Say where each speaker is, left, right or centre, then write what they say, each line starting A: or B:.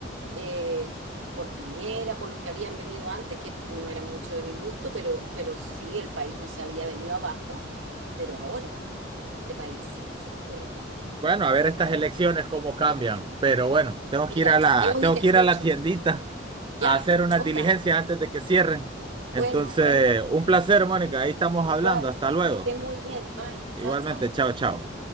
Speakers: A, on the right; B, on the right.
A: eh, por Piñera, por los que habían venido antes, que no eran mucho de mi gusto, pero, pero sí el país no se había venido abajo, pero ahora este país se fue
B: Bueno, a ver estas
A: a la
B: elecciones cómo cambian,
A: cresta.
B: pero bueno, tengo que
A: Mira,
B: ir a la,
A: Dios
B: tengo
A: y te
B: que
A: escucho.
B: ir a la tiendita
A: Ya,
B: a hacer unas
A: Oka,
B: diligencias antes de que cierren.
A: bueno,
B: Entonces,
A: bueno,
B: un placer, Mónica, ahí estamos
A: igual,
B: hablando, hasta luego.
A: que estés muy bien. Bye,
B: Igualmente,
A: chao, chao.
B: chao, chao.